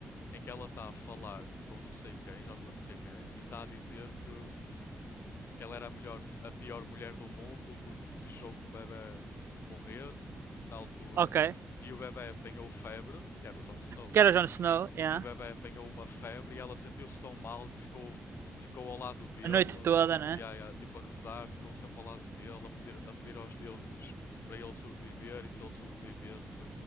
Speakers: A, on the left (about 70°); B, on the right (about 75°).
A: em que ela está a falar com não sei quem, já não lembro quem é, e está a dizer que, hum, que ela era a melhor, a pior mulher do mundo porque desejou que um bebê morresse na altura
B: Ok.
A: e o bebê apanhou febre, que era o Jon Snow.
B: Que era o Jon Snow, yeah.
A: E o bebê apanhou uma febre e ela sentiu-se tão mal que ficou, ficou ao lado dele,
B: A noite toda, né?
A: e yeah, tipo a rezar, ficou sempre ao lado dele, a pedir, a pedir aos deuses para ele sobreviver e se ele sobrevivesse,